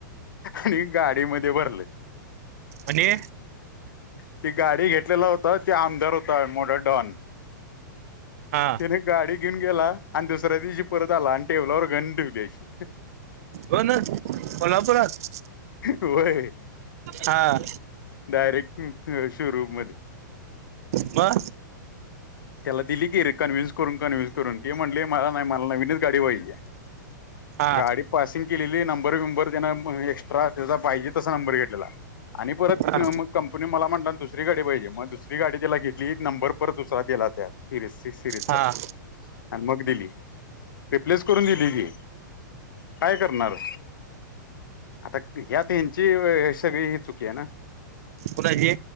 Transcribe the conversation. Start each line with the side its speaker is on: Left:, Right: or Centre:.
Left: आणि गाडीमध्ये भरले.
Right: आणि
Left: ती गाडी घेतलेला होता तो आमदार होता मोठा डॉन
Right: हा
Left: तिने गाडी घेऊन गेला आणि दुसऱ्या दिवशी परत आला आणि टेबलावर घन ठेवली अशी
Right: घन कोल्हापुरात?
Left: होय.
Right: हा.
Left: डायरेक्ट शोरूम मध्ये
Right: म?
Left: त्याला दिली की रिकन्व्हिन्स करून कन्व्हन्सून ते म्हटले मला नाही, मला नाही, मला नवीनच गाडी पाहिजे.
Right: हा
Left: गाडी पासिंग केलेली नंबर, बिबंर त्याना एक्स्ट्रा त्याचा पाहिजे तसा नंबर घेतलेला. आणि परत
Right: हा
Left: मग कंपनी मला म्हटला दुसरी गाडी पाहिजे मग दुसरी गाडी त्याला घेतली नंबर परत त्या सिरीज, सिरीजचा
Right: हा
Left: आणि मग दिली. रिप्लेस करून दिली की काय करणार. आता ह्यात ह्याची सगळी ही चुकी आहे ना.
Right: कुणाची?